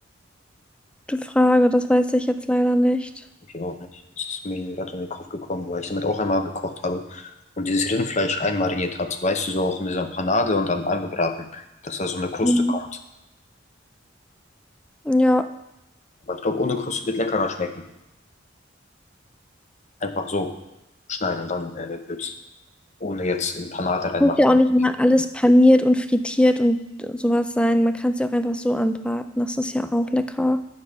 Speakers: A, in the centre; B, on the left.
A: Gute Frage, das weiß ich jetzt leider nicht.
B: Ich auch nicht. Das ist mir gerade in den Kopf gekommen, weil ich damit auch einmal gekocht habe und dieses Rindfleisch einmariniert hat. Weißt du, so auch in dieser Panade und dann angebraten, dass da so eine Kruste
A: Mhm.
B: kommt.
A: Ja,
B: Aber ich glaube, ohne Kruste wird leckerer schmecken. Einfach so schneiden und dann äh, wird's. ohne jetzt in Panade reinmachen.
A: muss ja auch nicht immer alles paniert und frittiert und sowas sein. Man kann es ja auch einfach so anbraten. Das ist ja auch lecker.